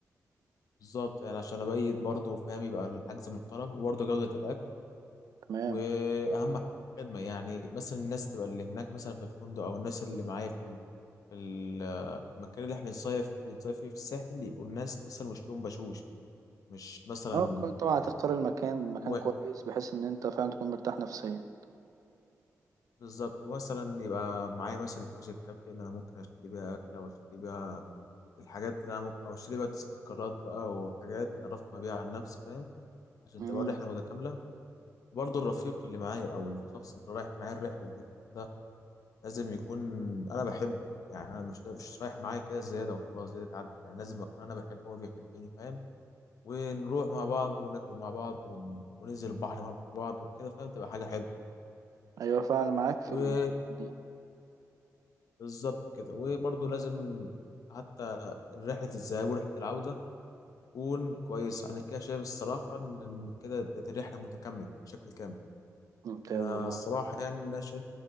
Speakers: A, on the left; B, on the right.
A: بالظبط يعني عشان أبيت برضه فاهم يبقى الحجز محترم وبرضه جودة الأكل
B: تمام
A: وأهم حاجة الخدمة يعني مثلا الناس تبقى اللي هناك مثلا في الفندق أو الناس اللي معايا في ال- في ال- المكان اللي إحنا بنصيف بنصيف فيه في الساحل يبقوا الناس مثلا وشهم بشوش مش مثلا
B: اه كنت طبعا
A: يعني
B: هتختار المكان مكان
A: واحد
B: كويس بحيث إن أنت فعلا تكون مرتاح نفسيا
A: بالظبط مثلا يبقى معايا مثلا الفلوس الكافية اللي أنا ممكن أشتري بيها أكل أو أشتري بيها الحاجات اللي أنا ممكن أو أشتري بيها تذكارات بقى وحاجات أرفه بيها عن نفسي فاهم عشان
B: مم.
A: تبقى الرحلة متكاملة برضه الرفيق اللي معايا أو الشخص اللي رايح معايا الرحلة دي ده لازم يكون أنا بحبه يعني أنا مش مش رايح معايا كده زيادة وخلاص زيادة تعدي يعني لازم أكون أنا بحبه وهو بيحبني فاهم ونروح مع بعض وناكل مع بعض ون- وننزل البحر مع بعض وكده فاهم تبقى حاجة
B: أيوة فعلا معاك في
A: حلوة
B: ال... دي
A: بالظبط كده وبرضه لازم حتى رحلة الذهاب ورحلة العودة تكون كويسة أنا كده شايف الصراحة إن إن كده بقت الرحلة متكاملة بشكل كامل
B: ممتاز
A: أنا
B: والله
A: الصراحة يعني إن أنا شايف